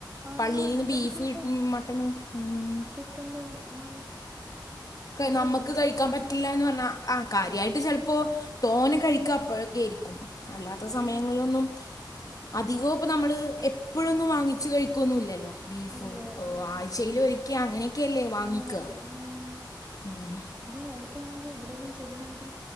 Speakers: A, on the right; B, on the left.
A: ആഹ്
B: പള്ളിയിൽ നിന്ന്
A: നല്ല
B: ബീഫ്
A: ബുദ്ധിമുട്ടാ
B: കിട്ടും മട്ടനും ഉം
A: കിട്ടുമ്പം ഉം ഇവിടെ
B: നമുക്ക്
A: ഇവിടെ
B: കഴിക്കാൻ പറ്റില്ല
A: ആഹ്
B: എന്ന് പറഞ്ഞാ ആഹ് കാര്യമായിട്ട് ചിലപ്പോ തോനെ കഴിക്കുക അപ്പോഴൊക്കെ ആയിരിക്കും അല്ലാത്ത സമയങ്ങളിലൊന്നും
A: ഉം
B: അധികവും അപ്പൊ നമ്മള് എപ്പോഴൊന്നും വാങ്ങിച്ച് കഴിക്കുവൊന്നുംല്ലല്ലോ ബീഫ്
A: ഇല്ല
B: ഓ
A: ഉം
B: ആഴ്ചയിൽ ഒരിക്കെ അങ്ങനെയൊക്കെയല്ലേ വാങ്ങിക്കുക
A: അങ്ങനെയൊക്കെ ഉം
B: ഉം
A: ഇത് എനിക്കാണെങ്കിൽ എവിടേലും ചെന്നാലും